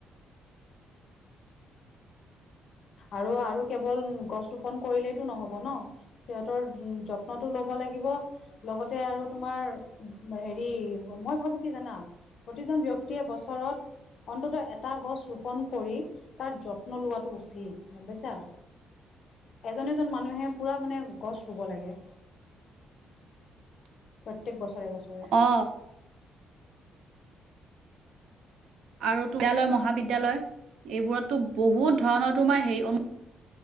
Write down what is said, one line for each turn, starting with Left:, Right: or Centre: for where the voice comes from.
Left: আৰু, আৰু কেৱল গছ ৰোপন কৰিলেইতো নহব ন, সিহঁতৰ যত্নটো ল'ব লা লাগিব, লগতে আৰু তোমাৰ হেৰি মই ভাবো কি জানা? প্ৰতিজন ব্যক্তিয়ে বছৰত অন্তত এটা গছ ৰোপন কৰি তাৰ যত্ন লোৱাটো উচিত। গম পাইছা, এজন-এজন মানুহে পুৰা মানে গছ ৰুব লাগে।
Right: <inaudible>
Left: প্ৰত্যেক বছৰে-বছৰে।
Right: অ আৰু বিদ্যালয়, মহাবিদ্যালয় এইবোৰততো বহুত ধৰণৰ তোমাৰ হেৰি